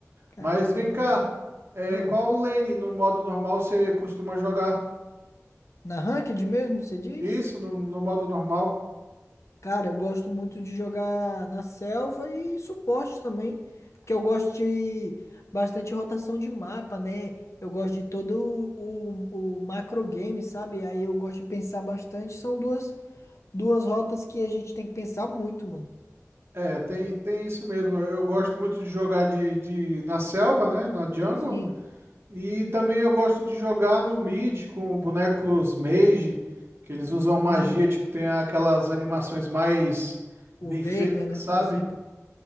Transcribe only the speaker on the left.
Caramba,
é verdade.
Ah,
na ranked mesmo, você diz?
Cara, eu gosto muito de jogar na selva e suporte também, porque eu gosto de bastante rotação de mapa, né? Eu gosto de todo o, o macro game, sabe? Aí eu gosto de pensar bastante. São duas, duas rotas que a gente tem que pensar muito, mano.
Sim.
Hum,
o
Veigar,
né,
por exemplo.